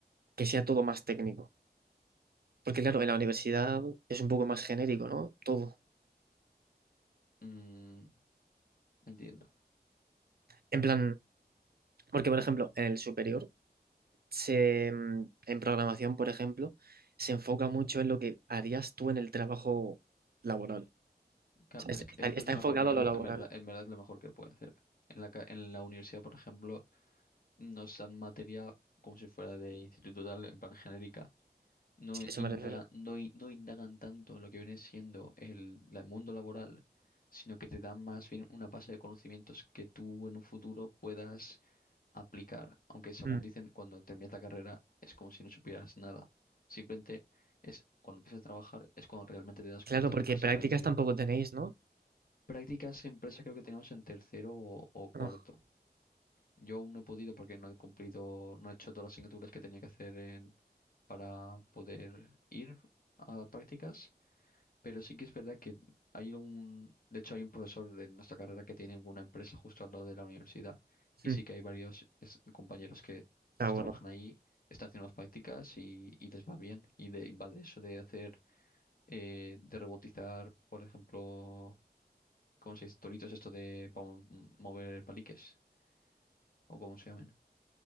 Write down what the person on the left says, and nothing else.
Mm, entiendo.
Claro,
es
que
es
es lo
mejor que, es
lo-
en verdad, en verdad es lo mejor que puede hacer. En la, ca- en la universidad, por ejemplo, nos dan materia como si fuera de instituto tal, en plan genérica. No
indagan,
no, in- no indagan tanto en lo que viene siendo el, la- el mundo laboral, sino que te dan más bien una base de conocimientos que tú en un futuro puedas aplicar. Aunque según
dicen, cuando terminas la carrera es como si no supieras nada. Simplemente es cuando empiezas a trabajar, es cuando realmente te das cuenta
de
lo que has
aprendido.
Prácticas en empresa creo que tenemos en tercero o, o cuarto.
Yo aún no he podido porque no he cumplido, no he hecho todas las asignaturas que tenía que hacer en- para poder ir a prácticas, pero sí que es verdad que hay un, de hecho hay un profesor de nuestra carrera que tiene una empresa justo al lado de la universidad y
sí que hay varios es- compañeros que
pues
trabajan ahí, están haciendo las prácticas y, y les va bien. Y de- va de eso de hacer, eh, de robotizar, por ejemplo ¿cómo se dice? Toritos esto de para mover paliques, o como se llaman.